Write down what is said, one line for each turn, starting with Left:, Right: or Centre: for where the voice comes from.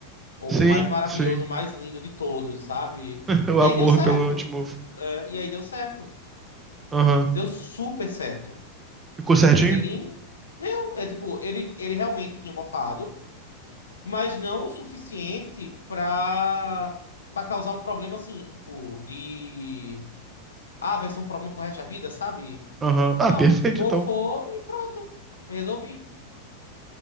Left: O,
Right: Sim,
Left: o mais maravilhoso,
Right: sim.
Left: o mais lindo de todos, sabe?
Right: <laughs> O
Left: E
Right: amor
Left: aí deu certo.
Right: pelo antimofo.
Left: É, e aí deu certo.
Right: Aham.
Left: Deu super certo.
Right: Ficou
Left: Eu
Right: certinho?
Left: Não precisei nem. Deu. É tipo, ele, ele realmente tinha mofado mas não o suficiente pra, pra causar um problema assim, tipo, de. Ah, vai ser um problema pro resto da vida, sabe?
Right: Aham. Ah,
Left: Não,
Right: perfeito
Left: mofou
Right: então.
Left: e pronto. Resolvi.